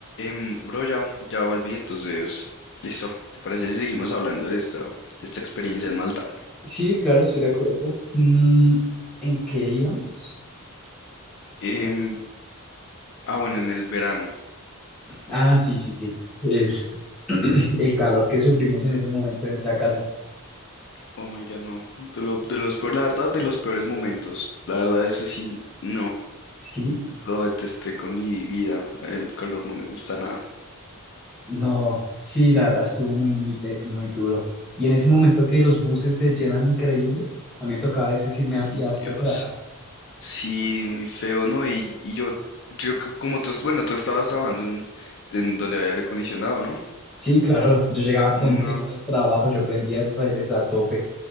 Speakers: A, on the left (about 55°); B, in the centre.
A: Em, bro, ya, ya volví, entonces, listo. ¿Te parece si seguimos hablando de esta, de esta experiencia en Malta?
B: Sí, claro, estoy de acuerdo. Mm, ¿en qué íbamos?
A: Em,
B: Eh,
A: ah, bueno, en el verano.
B: ah, sí, sí, sí. El, <clears throat> el calor que sufrimos en ese momento en esa casa.
A: Oh my God, no. De lo- de los peores, la verdad, de los peores momentos. La verdad, eso sí, no.
B: Sí,
A: Lo detesté con mi vida. El calor no me gusta nada.
B: no, sí, la verdad estuvo muy, muy, de- muy duro. Y en ese momento que los buses se llenan increíble, a mí me tocaba a veces irme a pie
A: Ay,
B: hasta
A: Dios.
B: el trabajo.
A: Sí, muy feo, ¿no? Y, y yo, yo, c- como tú, es- bueno, tú estabas trabajando en, en donde había aire acondicionado, ¿no?
B: Sí, claro, yo llegaba contento
A: No.
B: al trabajo, yo prendía esos aires a tope.